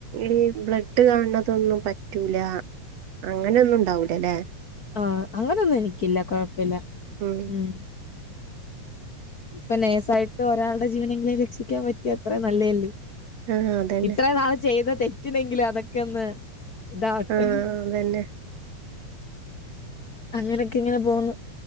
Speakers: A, on the right; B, on the left.
A: ഈ ബ്ലഡ് കാണണതൊന്നും പറ്റൂല. അങ്ങനെയൊന്നും ഉണ്ടാവൂലലേ
B: ആഹ് അങ്ങനൊന്നും എനിക്കില്ല കൊഴപ്പില്ല
A: ഉം
B: മം. ഇപ്പൊ ലേസായിട്ട് ഒരാളുടെ ജീവനെങ്കിലും രക്ഷിക്കാൻ പറ്റിയാ അത്രേം നല്ലതല്ലേ
A: ആഹ് അതന്നെ
B: ഇത്ര നാള് ചെയ്ത തെറ്റിനെങ്കിലും അതൊക്കെ ഒന്ന് ഇതാവട്ടെ
A: ആഹ് <unintelligible>
B: അങ്ങനെയൊക്കെ ഇങ്ങനെ പോകുന്നു.